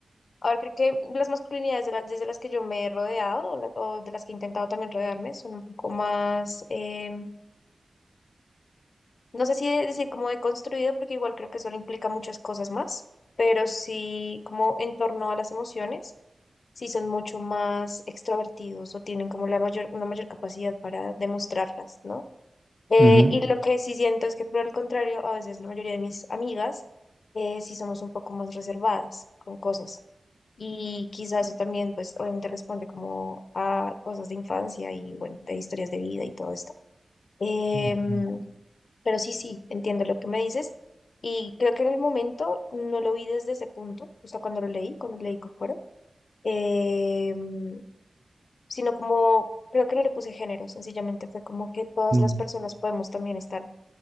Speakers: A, on the left; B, on the right.
A: a ver, creo que las masculinidades de las, desde las que yo me he rodeado o, la- o de las que he intentado también rodearme son un poco más, em, no sé si decir como he construido, porque igual creo que eso implica muchas cosas más, pero sí como en torno a las emociones, sí son mucho más extrovertidos o tienen como la mayor, una mayor capacidad para demostrarlas, ¿no? Eh,
B: Ujú.
A: y lo que sí siento es que por el contrario, a veces la mayoría de mis amigas eh, sí somos un poco más reservadas con cosas. Y quizás eso también, pues obviamente responde como a cosas de infancia y bueno, de historias de vida y todo esto. Em,
B: Mm,
A: pero sí, sí, entiendo lo que me dices. Y creo que en el momento no lo vi desde ese punto, o sea, cuando lo leí, cuando leí Kokoro, em, sino como, creo que no le puse género, sencillamente fue como que todas
B: mm,
A: las personas podemos también estar